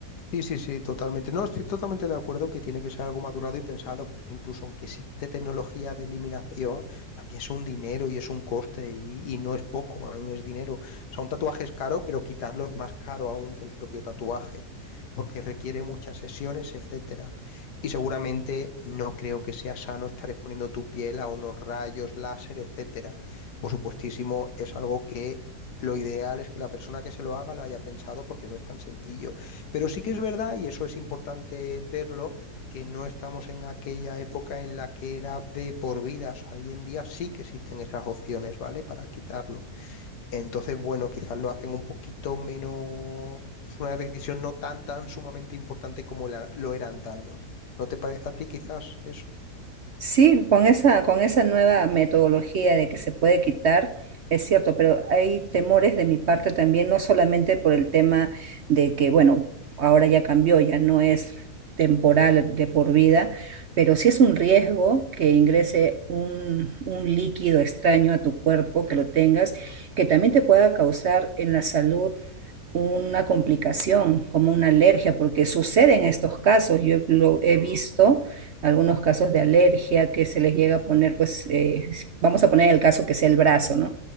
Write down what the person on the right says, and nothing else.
Sí, con esa, con esa nueva metodología de que se puede quitar, es cierto, pero hay temores de mi parte también, no solamente por el tema de que, bueno, ahora ya cambió, ya no es temporal de por vida, pero sí es un riesgo que ingrese un, un líquido extraño a tu cuerpo, que lo tengas,
que también te pueda causar en la salud una complicación, como una alergia, porque sucede en estos casos. Yo he, lo- he
visto algunos casos de alergia que se les llega a poner, pues, eh, vamos a poner el caso que sea el brazo, ¿no?